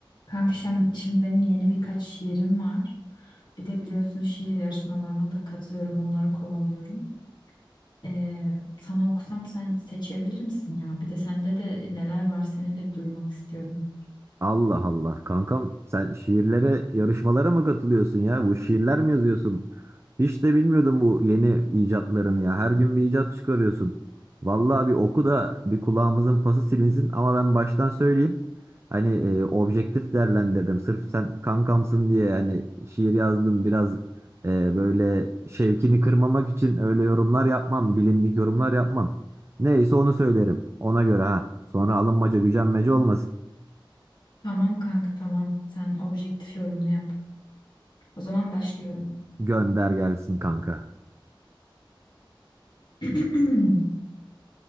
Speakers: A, on the left; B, on the right.
A: Kanka şimdi, şimdi benim yeni birkaç şiirim var. Bir de biliyorsun şiir yarışmalarına da katılıyorum, onları kovalıyorum. Ee, sana okusam sen seçebilir misin ya? Bir de sende de neler var seni de bir duymak istiyorum.
B: Allah Allah kankam sen şiirlere yarışmalara mı katılıyorsun ya? Bu şiirler mi yazıyorsun? Hiç de bilmiyordum bu yeni icatlarını ya. Her gün bir icat çıkarıyorsun. Vallahi bir oku da bir kulağımızın pası silinsin ama ben baştan söyleyeyim. Hani e, objektif değerlendiririm. Sırf sen kankamsın diye hani şiir yazdın biraz e, böyle şevkini kırmamak için öyle yorumlar yapmam. Bilindik yorumlar yapmam. Neyse onu söylerim. Ona göre ha. Sonra alınmaca gücenmece olmasın.
A: Tamam kanka tamam. Sen objektif yorumunu yap. O zaman başlıyorum.
B: Gönder gelsin kanka.
A: <clears throat>